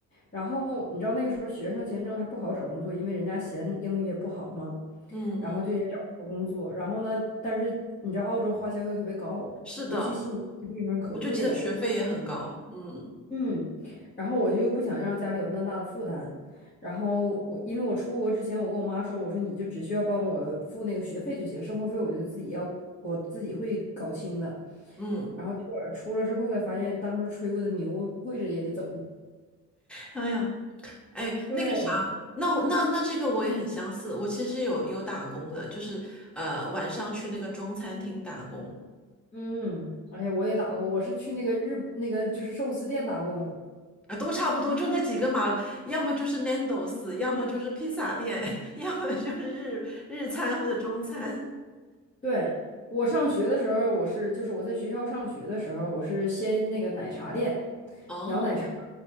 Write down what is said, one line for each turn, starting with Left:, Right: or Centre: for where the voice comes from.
Left: 然后你知道那个时候学生签证还不好找工作，因为人家嫌英语也不好嘛，
Centre: 嗯嗯，
Left: 然后就也找不着工作。然后呢，但是你知道澳洲花销又特别高，
Centre: 是的，
Left: 尤其悉尼这个地方可贵了。
Centre: 我就记得学费也很高。嗯
Left: 嗯，然后我就又不想让家里有那么大的负担，然后我因为我出国之前，我跟我妈说，我说你就只需要帮我付那个学费就行，生活费我就自己要，我自己会搞清的。
Centre: 嗯，
Left: 然后结果出了之后才发现，当初吹过的牛跪着也得走。
Centre: 哎呀，哎，
Left: 对，
Centre: 那个啥，那我那那这个我也很相似，我其实有有打工的，就是呃晚上去那个中餐厅打工。
Left: 嗯，哎呀，我也打过，我是去那个日那个就是寿司店打工，
Centre: 啊，都差不多，就那几个嘛，要么就是 Nando's，要么就是披萨店，<laughs> 要么就是日日餐或者中餐。
Left: 对，我上学的时候，我是就是我在学校上学的时候，我是先那个奶茶店
Centre: 哦，
Left: 摇奶茶，